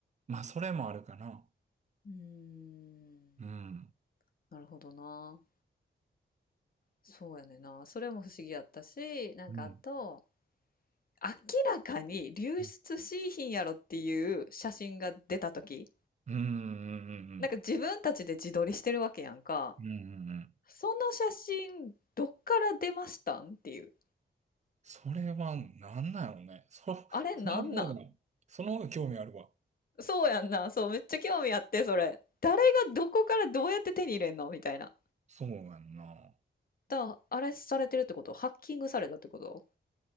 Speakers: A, on the right; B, on the left.
A: まあ、それもあるかな。
B: うーん、
A: うん。
B: なるほどな。そうやねんな。それも不思議やったし、なんかあと、
A: うん。
B: 明らかに流出しいひんやろっていう写真が出た時
A: うん。うん。うん。うん。
B: なんか自分たちで自撮りしてるわけやんか。
A: うんうんうん
B: その写真、どっから出ましたんっていう。
A: それは、なんなのね。そ、
B: あれなんなん
A: その方が、その方が興味あるわ。
B: そうやんな。そう、めっちゃ興味あって、それ。誰がどこからどうやって手に入れんのみたいな。
A: そうやんな。
B: だ、あれされてるってことハッキングされたってこと